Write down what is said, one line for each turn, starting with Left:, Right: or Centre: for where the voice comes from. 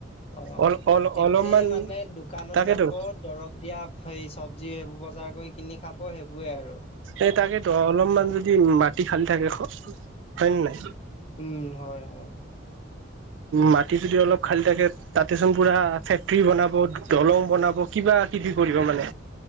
Left: অ'
Right: অল অল
Left: এতে
Right: অলপমান
Left: মানে দোকানত
Right: তাকেতো
Left: যাব, দৰব দিয়া সেই চব্জি সেইবোৰ বজাৰ কৰি কিনি খাব সেইবোৰেই আৰু।
Right: এ, তাকেইেতো অলপমান যদি মাটি খালী থাকে হয় নে নাই?
Left: উম হয় হয়
Right: মাটি যদি অলপ খালী থাকে তাতেচোন পুৰা ফেক্টৰী বনাব, দলং বনাব কিবা কিবি কৰিব মানে।